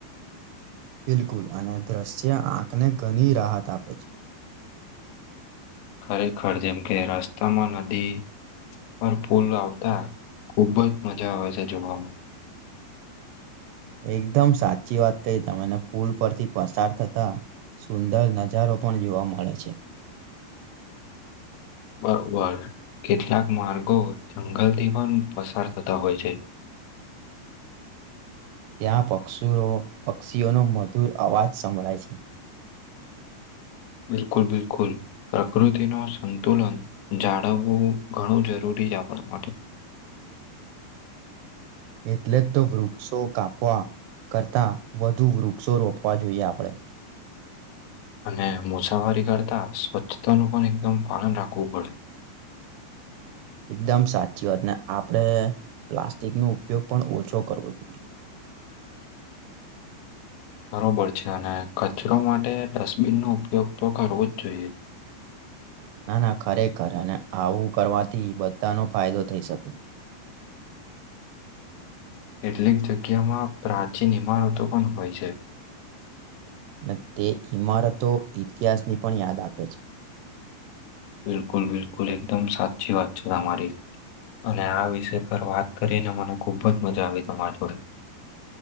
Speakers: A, on the right; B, on the left.
A: બિલકુલ અને દ્રશ્ય આંખને ઘણી રાહત આપે છે.
B: ખરેખર જેમ કે રસ્તામાં નદી પર પુલ આવતા ખુબ જ મજા આવે છે જોવામાં.
A: એકદમ સાચી વાત તઈ તમેને પુલ પરથી પસાર થતા સુંદર નજારો પણ જોવા મળે છે.
B: બરોબર કેટલાક માર્ગો જંગલથી પણ પસાર થતા હોય છે.
A: ત્યાં પક્ષુરો પક્ષીઓનો મધુર અવાજ સંભળાય છે.
B: બિલકુલ, બિલકુલ પ્રકૃતિ નો સંતુલન જાળવવું ઘણું જરૂરી બીજ આપણા પાટે
A: એટલે જ તો વૃક્ષો કાપવા કરતાં વધુ વૃક્ષો રોપવા જોઈએ આપણે.
B: અને મુસાફરી કરતાં સ્વચ્છતાનું પણ એકદમ પાલન રાખવું પડે.
A: એકદમ સાચી વાત ને આપણેે પ્લાસ્ટિક નો ઉપયોગ પણ ઓછો કરવો જોઈએ.
B: બરોબર છે અને કચરો માટે ડસ્ટબિનનો ઉપયોગ તો કરવો જ જોઈએ.
A: ના ના ખરેખર અને આવું કરવાથી બધાનો ફાયદો થઈ શકે.
B: કેટલીક જગ્યામાં પ્રાચીન ઈમારતો પણ હોય છે.
A: અને તે ઈમારતો ઇતિહાસની પણ યાદ આપે છે.
B: બિલકુલ બિલકુલ એકદમ સાચચી વાત છે અમારી. અને આ વિષય પર વાત કરીને મને ખૂબ જ મજા આવી તમાર જોડે.